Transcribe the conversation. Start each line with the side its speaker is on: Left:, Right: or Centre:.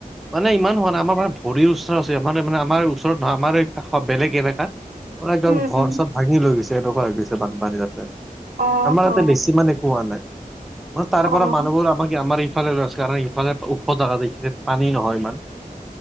Centre: মানে ইমান হোৱা নাই, আমাৰ মানে ভৰিৰ ওচৰত আছে, আমাৰ মানে আমাৰ ওচৰত নহয়, আমাৰ কাষৰ বেলেগ এলেকাত পৰা একদম
Right: উম
Centre: ঘৰ
Right: উম
Centre: চব ভাঙি লৈ গৈছে এনেকুৱা হৈ গৈছে বানপানী তাতে।
Right: অ
Centre: আমাৰ
Right: হ
Centre: তাতে বেছি মানে একো হোৱা নাই। মান তাৰ
Right: অ',
Centre: পৰা মানুহবোৰ আমাক আমাৰ ইফালে ৰৈ আছে কাৰণ ইফালে ওখ জেগা যে এই খিনিত পানী নহয় ইমান।